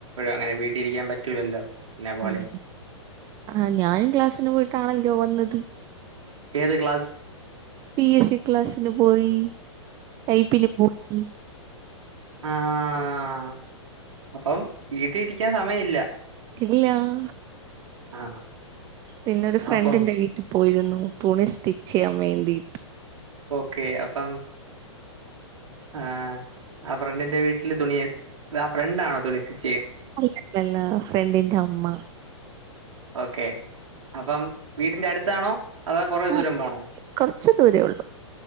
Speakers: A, on the right; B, on the right.
A: ങ്ങനെ വീട്ടി ഇരിക്കാൻ പറ്റൂലല്ലോ എന്നെ പോലെ.
B: ഉം ആഹ് ഞാനും ക്ലാസ്സ്ന് പോയ്ട്ടാണല്ലോ വന്നത്
A: ഏത് ക്ലാസ്
B: പി എസ് സി ക്ലാസ്സ്ന് പോയി ടൈപ്പിന് പോയി
A: ആഹ് അപ്പം വീട്ടി ഇരിക്കാൻ സമയല്ല
B: ഇല്ലാഹ്
A: ആ
B: പിന്നെ ഒരു ഫ്രണ്ടിന്റെ
A: അപ്പം
B: വീട്ടി പോയ്ര്ന്നു തുണി സ്റ്റിച്ചെയ്യാം വേണ്ടീട്ട്
A: ഓക്കെ അപ്പം ആഹ് ആ ഫ്രണ്ട്ന്റെ വീട്ട്ല് തുണിയെ ആ ഫ്രണ്ടാണോ തുണി സി-
B: അല്ലല്ലല്ലാ ഫ്രണ്ടിന്റെ അമ്മാ
A: ഓക്കെ അപ്പം വീടിന്റെ അട്ത്താണോ? അതോ കൊറേ
B: ആ
A: ദൂരം പോണോ
B: കൊറച്ച് ദൂരേ ഉള്ളു